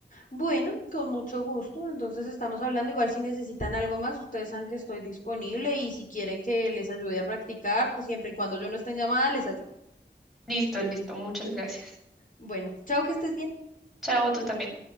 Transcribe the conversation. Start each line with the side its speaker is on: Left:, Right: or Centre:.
Left: Bueno, con mucho gusto. Entonces estamos hablando. Igual si necesitan algo más, ustedes saben que estoy disponible y si quieren que les ayude a practicar, siempre y cuando yo no esté en llamada, les ayudo.
Centre: Listo, listo. Muchas gracias.
Left: Bueno, chao, que estés bien.
Centre: Chao, tú también.